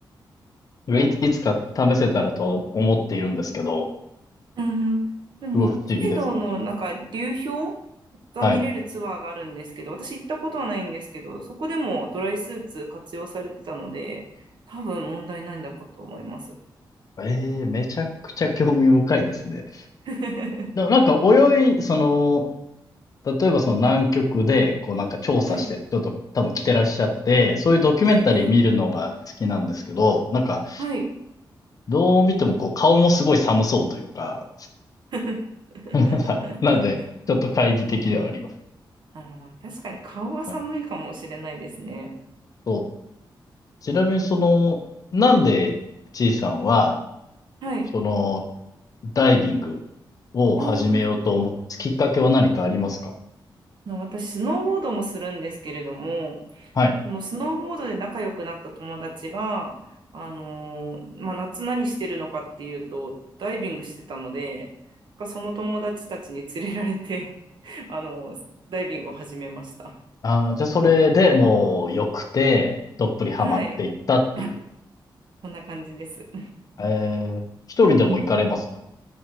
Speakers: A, on the left; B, on the right.
A: で、いつ、いつか試せたらと思っているんですけど、
B: うん。でも、
A: すごい不思議です。
B: 北海道のなんか流氷が見れるツアーがあるんですけど、
A: はい。
B: 私行ったことはないんですけど、そこでもドライスーツ活用されてたので、多分問題ないんだかと思います。
A: ええ、めちゃくちゃ興味深いですね。
B: <laughs>
A: でもなんか泳い、その、例えばその南極で、こうなんか調査してる人とかも多分来てらっしゃって、
B: はい。
A: そういうドキュメンタリー見るのが好きなんですけど、
B: ええ、ええ
A: なんか
B: はい。
A: どう見てもこう顔もすごい寒そうというか、
B: <laughs>
A: <laughs> なんで、ちょっと懐疑的ではあります。
B: あの、確かに顔は寒いかもしれないですね。
A: はいそう。ちなみにその、なんで、ちいさんは、
B: はい。
A: その、ダイビングを始めようと思ったんですきっかけは何かありますか
B: うん。あの私、スノーボードもするんですけれども、
A: はい。
B: そのスノーボードで仲良くなった友達が、あのーまあ、夏何してるのかっていうと、ダイビングしてたので、なんかその友達たちに連れられて、<laughs> あのーダイビングを始めました。
A: あーじゃあそれでもう良くて、どっぷりハマっていったっていう。
B: はい。あ、そんな感じです。
A: えー、一人でも行かれますか
B: <laughs> うん。